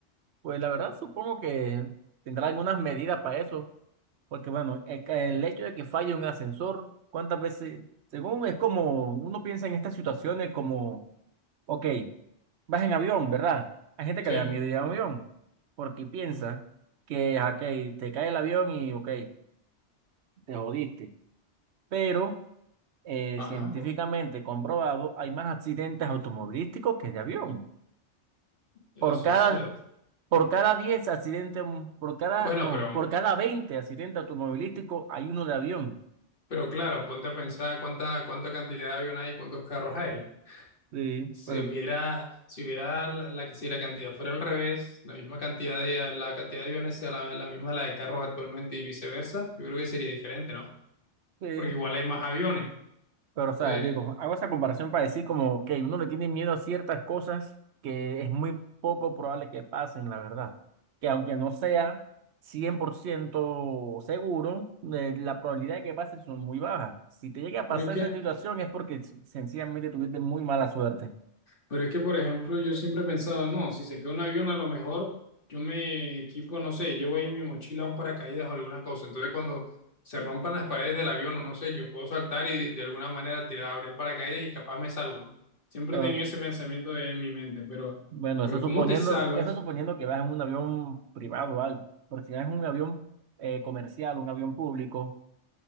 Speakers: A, on the right; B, on the left.
A: Pues la verdad supongo que tendrá algunas medidas para eso, porque bueno, el, ca- el hecho de que falle un ascensor, ¿cuántas veces? Según es como uno piensa en estas situaciones como, ok. Vas en avión, ¿verdad? Hay gente que
B: Sí,
A: le da miedo ir en avión porque piensa que, ok, te cae el avión y, ok, te jodiste. Pero eh,
B: ajá,
A: científicamente comprobado, hay más accidentes automovilísticos que de avión.
B: eso
A: Por cada,
B: es cierto.
A: por cada 10 accidentes, mm, por cada,
B: Bueno,
A: no,
B: pero,
A: por cada 20 accidentes automovilísticos hay uno de avión.
B: pero claro, ponte a pensar cuánta, cuánta cantidad de avión hay, cuántos carros hay.
A: Sí,
B: Si
A: pero,
B: hubiera, si hubiera la, la que si la cantidad fuera al revés, la misma cantidad de la cantidad de aviones sea la, la misma de la de carros actualmente y viceversa, yo creo que sería diferente, ¿no?
A: sí.
B: Porque igual hay más aviones.
A: Pero, o sea,
B: Entonces,
A: digo, hago esa comparación para decir como que uno le tiene miedo a ciertas cosas que es muy poco probable que pasen, la verdad. Que aunque no sea 100% seguro, eh, la probabilidad de que pase son muy bajas. Si te llega a
B: pero
A: pasar
B: es que
A: esa situación es porque s- sencillamente tuviste muy mala suerte.
B: Pero es que, por ejemplo, yo siempre he pensado, no, si se cae un avión, a lo mejor yo me equipo, no sé, llevo ahí en mi mochila un paracaídas o alguna cosa. Entonces, cuando se rompan las paredes del avión, o no sé, yo puedo saltar y de alguna manera tirar, abrir el paracaídas y capaz me salvo, ¿no? Siempre
A: Pero,
B: he tenido ese pensamiento en mi mente, pero,
A: bueno,
B: pero
A: eso suponiendo,
B: ¿cómo te salvas?
A: eso suponiendo que vas en un avión privado o algo. Porque si vas en un avión eh, comercial, un avión público,